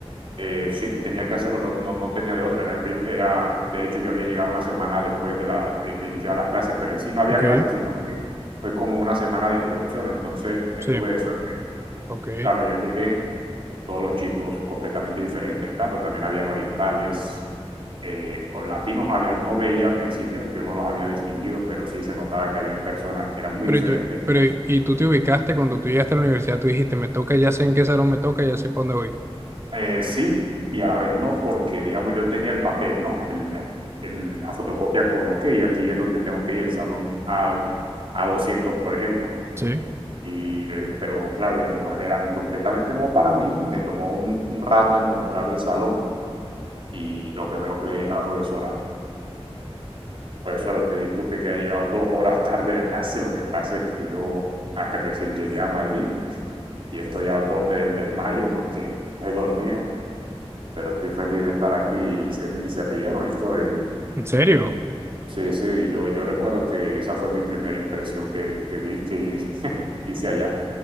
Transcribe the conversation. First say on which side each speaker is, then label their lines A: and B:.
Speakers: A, on the right; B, on the right.
A: Eh, sí, tenía que hacerlo, no, no, no tenía de otra. Era el prim- era, de hecho, yo había llegado una semana después de, la, de, de iniciar las clases, pero en sí no había
B: Ok,
A: clases, sino que fue como una semana de introducción, entonces estuve
B: sí,
A: de suerte.
B: ok.
A: Claro, yo llegué, todos los chicos completamente diferentes, claro, también habían orientales, eh, o latinos no había, no veía al principio, yo no los había distinguido, pero sí se notaba que habían personas que eran muy
B: Pero,
A: diferentes
B: y tú, pero y tú te ubicaste cuando tú llegaste a la universidad, tú dijiste, me toca, ya sé en qué salón me toca, ya sé para dónde voy.
A: Eh, sí, y a la vez no, porque digamos yo tenía el papel, ¿no? El, el- la fotocopia con OK, aquí es donde tengo que ir, el salón A, a 200 por ejemplo.
B: ¿Sí?
A: Y, eh, pero claro, el lugar era completamente nuevo para mí y me tomó un, un rato encontrar el salón. Y lo primero que le dije a la profesora, profesora, usted disculpe que ha llegado dos horas tarde a clase, lo que pasa es que yo acá recién llegué a Madrid y estoy al borde del desmayo porque he dormido. pero estoy feliz de estar aquí y se, y se rieron y todo. Y
B: ¿En serio?
A: sí, sí, yo, yo recuerdo que esa fue mi primera impresión que, que, di- que <laughs> hice allá.